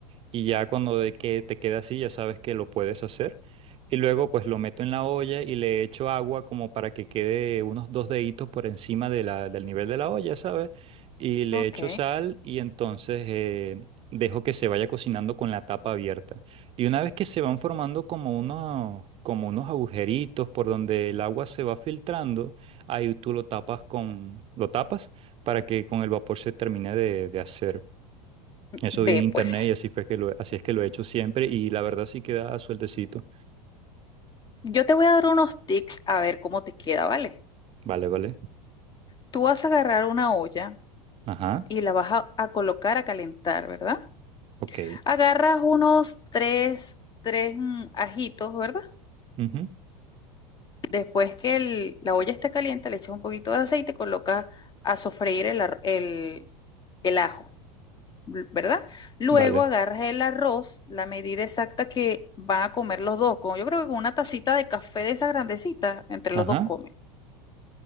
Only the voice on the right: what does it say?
y ya cuando de que te queda así ya sabes que lo puedes hacer. Y luego pues lo meto en la olla y le echo agua como para que quede unos dos deditos por encima de la, del nivel de la olla, ¿sabes? Y le
echo sal y entonces eh, dejo que se vaya cocinando con la tapa abierta. Y una vez que se van formando como unos, como unos agujeritos por donde el agua se va filtrando, ahí tú lo tapas con, lo tapas para que con el vapor se termine de de hacer. Eso
vi en internet
y así fue que lo, así es que lo he hecho siempre y la verdad sí queda sueltecito.
Vale, vale.
Ajá.
Ok.
ujú,
Vale.
Ajá.